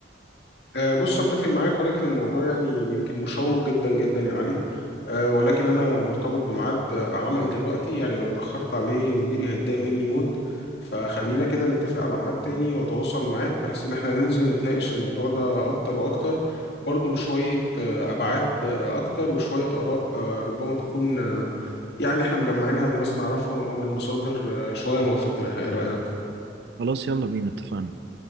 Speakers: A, on the left; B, on the right.
A: أه، بص اتفق معاك ولكن الموضوع يعني يمكن مشوق جدا جدا يا علي أه، ولكن انا مرتبط بميعاد آه، عمل دلوقتي يعني لو اتاخرت عليه مديري هيتضايق مني موت فخلينا كده نتفق على ميعاد تاني واتواصل معاك بحيث ان احنا ننزل نتناقش الموضوع ده اكتر واكتر برضه بشوية أه، ابعاد أه، اكتر وشوية اراء أه، ربما تكون أه، يعني احنا مجمعينها من ناس نعرفهم او من مصادر أه، شوية موثوق منها ايه رأيك
B: خلاص يلا بينا اتفقنا